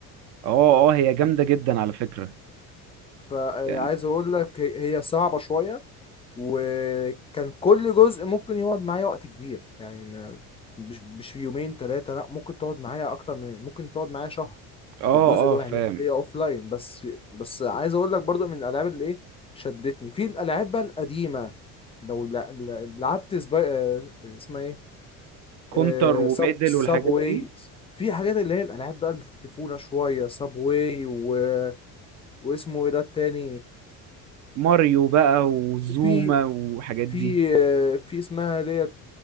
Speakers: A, on the right; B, on the left.
A: اه اه هي جامدة جدا على فكرة
B: فعايز
A: يعني
B: اقول لك هي هي صعبة شوية وكان كل جزء ممكن يقعد معايا وقت كبير يعني ما- مش مش في يومين ثلاثة لا ممكن تقعد معايا اكتر من ممكن تقعد معايا شهر
A: اه
B: الجزء
A: اه
B: الواحد
A: فاهم
B: هي اوف لاين بس بس عايز اقول لك برضو من الالعاب اللي ايه شدتني في الالعاب بقى القديمة لو لع- لع- لعبت سبا... آه، اسمها ايه
A: كونتر
B: آه،
A: وميدل
B: سب سب
A: والحاجات
B: واي
A: دي
B: في حاجات اللي هي الالعاب بقى الطفوله شويه سب واي و... واسمه ايه ده التاني
A: ماريو بقى وزوما
B: في
A: والحاجات
B: في
A: دي
B: في اسمها ديت